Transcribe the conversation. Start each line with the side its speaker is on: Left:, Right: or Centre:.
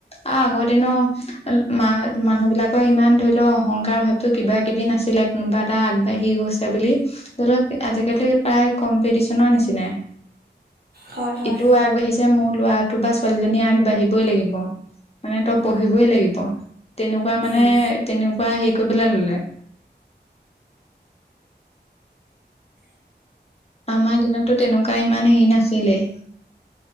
Left: অ আগৰ দিনো মা মানুহ বিলাকৰ ইমান ধৰি লও অহংকাৰ ভাব তো কিবা কিবি নাছিলে কোনোবা এটা আগবাঢ়ি গৈছে বুলি ধৰি লওক আজিকালি
Right: উম,
Left: প্ৰায় কম্পিটিচনৰ নিচিনাই
Right: হয়, হয়,
Left: ইটোও আগবাঢ়িছে যে মোৰ লৰাটো বা ছোৱালীজনী আগবাঢ়িবই লাগিব মানে তই পঢ়িবই লাগিব তেনেকুৱা মানে
Right: উম,
Left: তেনেকুৱা হেৰি কৰিবলে ললে আমাৰ দিনতো তেনেকুৱা ইমান হেৰি নাছিলে